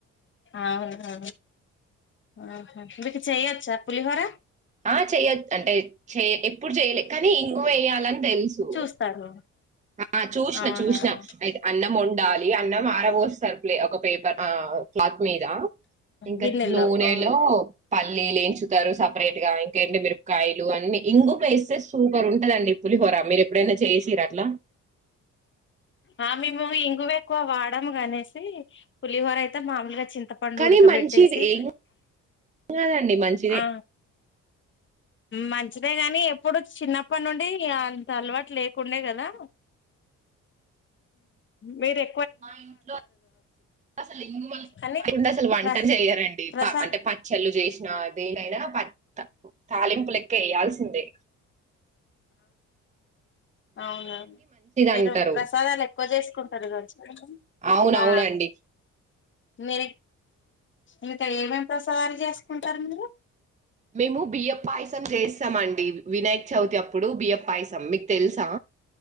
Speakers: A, on the left; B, on the right.
A: అవునా ఆహ మీకూ చేయొచ్చా పులిహోర.
B: ఆ చెయ్యా అంటే చెయ ఎప్పుడు చెయలే కానీ ఇంగువ వేయాలని తెలుసు
A: చూస్తారు
B: ఆ చూసిన
A: అవునా
B: చూసిన అయితే అన్నం వండాలి అన్నం ఆరబోస్తారు ప్లే ఒకే పె క్లాత్ మీద ఇంకా
A: గిన్నెల్లో
B: నూనెలో
A: ఆ
B: పల్లీలు ఏంచుతారు. సపరేట్ గా ఎండు మిరపకాయలు అన్ని ఇంగువ వేస్తే సూపర్ ఉంటదండి పులిహోర మీరు ఎప్పుడైనా చేసిర్ర అట్లా.
A: ఆ మేము ఇంగువ ఎక్కువ వాడము అనేసి పులిహోర అయితే మామూలుగా చి. త్త పండు
B: కానీ
A: ఉడకబేట్టేసి
B: మంచిది ఏం కాదండి మంచిదే
A: ఆ. మంచిదే గానీ ఎప్పుడు చిన్నప్పటి నుండి అంత అలవాటు లేకుండే కదా. మీరే.
B: మా ఇంట్లో అసలు ఇంగువ లేకుండా
A: కానీ
B: వంట
A: ప్రస్
B: చేయరండి
A: ప్రసాద్
B: అంటే పచ్చళ్ళు చేసిన దేనినైనా త తాలింపులకి. కెయ్యాల్సిందే.
A: అవున మీరు
B: అంటారు
A: ప్రసాదాలు ఎక్కువ చేసుకుం <unintelligible>
B: అవునవునండి
A: ఆ. మీ. ఇంకా ఏమేమి ప్రసాదాలు చేసుకుంటారు మీరు.
B: మేము బియ్యప్ పాయసం చేస్తామండి వినాయక్ చవితి అప్పుడు బియ్యప్ పాయసం మీకు తెలుసా.